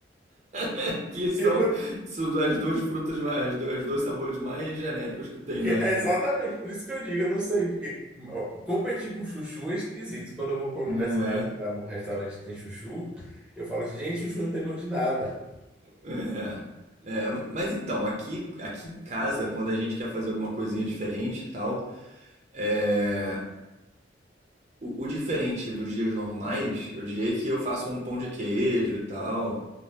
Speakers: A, on the right; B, in the centre.
A: <laughs> que são,
B: Que é por-
A: são as duas frutas, mais, as do- os dois sabores mais genéricos que tem
B: Que-
A: na.
B: é exatamente, por isso que eu digo, eu não sei, porque ó, competir com chuchu é esquisito. Quando eu vou para a
A: Não
B: universidade,
A: é?
B: lá num restaurante tem chuchu, eu falo assim, gente, chuchu não tem gosto de nada.
A: É. É, mas então, aqui, aqui em casa, quando a gente quer fazer alguma coisinha diferente e tal, é, o, o diferente dos dias normais, eu diria que eu faço um pão de queijo e tal,